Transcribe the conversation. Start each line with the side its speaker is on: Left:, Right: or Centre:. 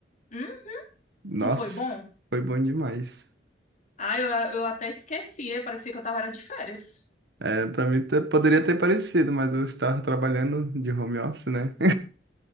Left: Hum?
Right: Nossa,
Left: Não foi bom?
Right: foi bom demais.
Left: Ah, eu, eu até esquecia, parecia que eu tava era de férias.
Right: É, para mim te- poderia ter parecido, mas eu estava trabalhando de home office, né?